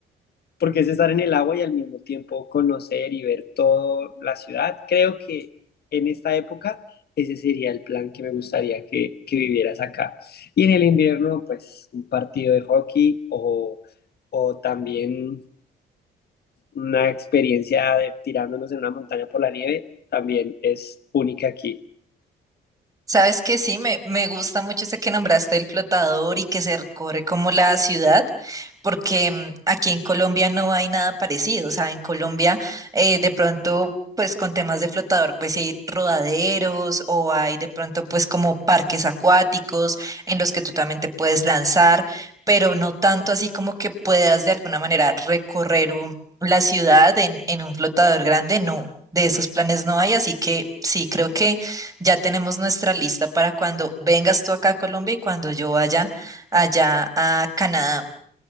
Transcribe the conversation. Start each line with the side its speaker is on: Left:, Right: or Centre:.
Left: porque es estar en el agua y al mismo tiempo conocer y ver toda la ciudad. Creo que en esta época ese sería el plan que me gustaría que, que vivieras acá. Y en el invierno, pues un partido de hockey o, o también una experiencia de tirándonos en una montaña por la nieve también es única aquí.
Right: Sabes que sí, me, me gusta mucho ese que nombraste el flotador y que se recorre como la ciudad, porque mm, aquí en Colombia no hay nada parecido. O sea, en Colombia eh, de pronto, pues con temas de flotador, pues sí hay rodaderos o hay de pronto pues como parques acuáticos en los que tú también te puedes lanzar, pero no tanto así como que puedas de alguna manera recorrer un- la ciudad en, en un flotador grande, no. De esos planes no hay, así que sí, creo que ya tenemos nuestra lista para cuando vengas tú acá a Colombia y cuando yo vaya allá a Canadá.